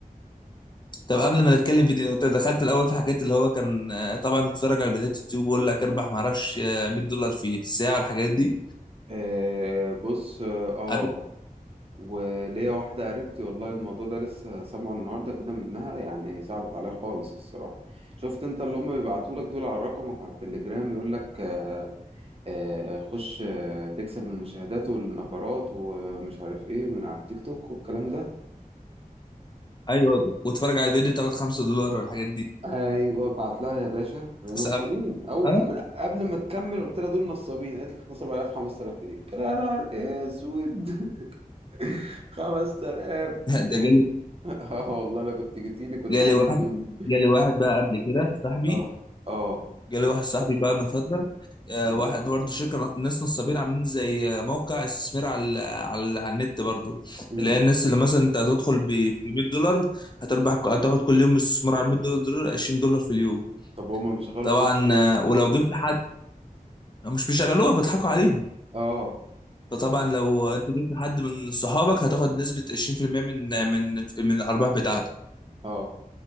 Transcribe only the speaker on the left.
طب قبل ما نتكلم في دي أنت دخلت الأول في حاجات اللي هو كان آه، طبعا بتتفرج على فيديوهات يوتيوب ويقول لك اربح معرفش آه، 100 دولار في الساعة والحاجات دي
قعدت-
<laughs> أيوه واتفرج على الفيديو تاخد 5 دولار والحاجات دي
صعب
آه،
<laughs>
ده جالي
جالي
واحد
جالي واحد بقى قبل كده صاحبي
جالي واحد صاحبي بقى من فترة آه،
واحد برضه شركة ناس نصابين عاملين زي آه، موقع استثمار على على على النت برضه
اللي هي الناس اللي مثلا انت هتدخل ب 100 دولار هتربح هتاخد كل يوم استثمار على 100 دولار دولار 20 دولار في اليوم
طبعا
آه، ولو جبت حد مش بيشغلوها بيضحكوا عليهم
فطبعا لو انت جبت حد من صحابك هتاخد نسبة 20% من من من الارباح بتاعته